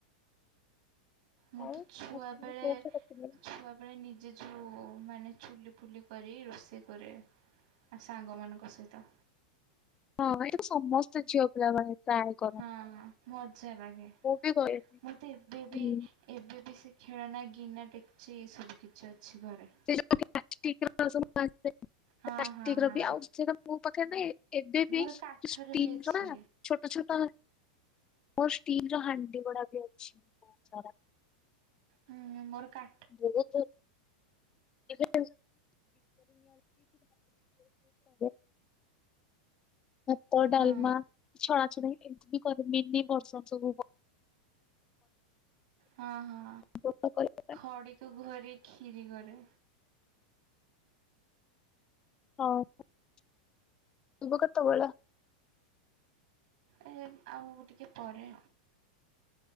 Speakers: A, on the right (about 60°); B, on the left (about 20°).
A: ମୁଁ
B: ଆଉ
A: ତ ଛୁଆ
B: ହଷ୍ଟେଲରେ
A: ବେଳେ
B: ରହୁଛ କେତେ ଦିନ?
A: ଛୁଆ ମାନେ ନିଜେ ଯୋଉ ମାନେ ଚୁଲି ଫୁଲି କରି ରୋଷେଇ କରେ। ଆ ସାଙ୍ଗମାନଙ୍କ ସହିତ।
B: ହଁ ଏଇଟାତ ସମସ୍ତେ ଝିଅ। <inaudible>
A: ହଁ ମଜା ଲାଗେ।
B: ମୁଁ ବି କରେନି।
A: ମତେ ଏବେବି
B: ହୁଁ
A: ଏବେ ବି ସେ ଖେଳନା ଗିନା ଡେକ୍ଚି ସବୁ କିଛି ଅଛି ଘରେ।
B: <unintelligible>
A: ହଁ ହଁ ହଁ
B: ମୋ ପାଖରେ ନାଇ। ଏବେ ବି
A: ମୋର କାଠରେ
B: ଷ୍ଟିମ୍‌ର
A: ବି ଅଛି।
B: ନା? ଛୋଟ ଛୋଟ ହାଣ୍ଡି ମୋର ହାଣ୍ଡି ଗୋଡା ବି ଅଛି ବହୁତ ସାରା।
A: ହୁଁ ମୋର କା
B: ବହୁତ ଏବେ <unintelligible> ଭାତ ଡାଲମା
A: ହଁ
B: ଛଣା ଛଣି ଏମତି କରେ ମିନି ବର୍ସନ ସବୁ
A: ହଁ ହଁ
B: ଭଲ ଭଲ କରେ।
A: ଖଡିକୁ ଘରେ ଖିରି କରେ।
B: ହଁ ଥିବ କେତେବେଳେ?
A: ଏ ଆଉ ଟିକେ ପରେ।